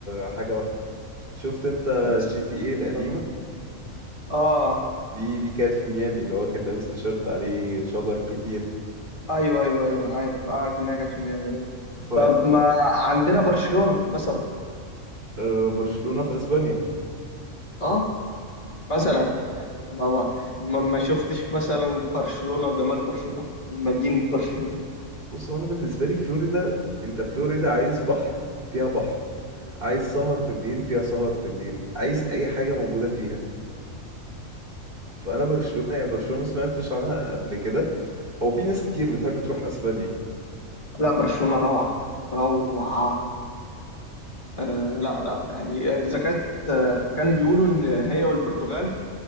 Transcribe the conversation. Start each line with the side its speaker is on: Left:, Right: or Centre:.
Right: حاجة واحدة شفت انت
Left: بس
Right: جي تي ايه القديمة
Left: اه آه،
Right: دي دي كانت في ميامي اللي هو كان لابس تيشيرت عليه شجر كتير
Left: ايوه ايوه ايوه عارف عارف انها كانت في ميامي اه
Right: ف
Left: طب ما عندنا برشلونه مثلا
Right: آه، برشلونة في اسبانيا
Left: اه مثلا
Right: مم.
Left: يعني ما ما ما, ما شفتش مثلا برشلونه وجمال برشلونه مدينه برشلونه
Right: بص هو انا بالنسبة لي فلوريدا انت فلوريدا عايز بحر فيها بحر عايز سهر بالليل فيها سهر بالليل عايز اي حاجة موجودة فيها فانا برشلونة يا برشلونة ما سمعتش عنها قبل كده هو في ناس كتير بتحب تروح اسبانيا
Left: لا برشلونة روعة روعة آه لا لا يعني إذا كانت آه، كان بيقولوا إن هي والبرتغال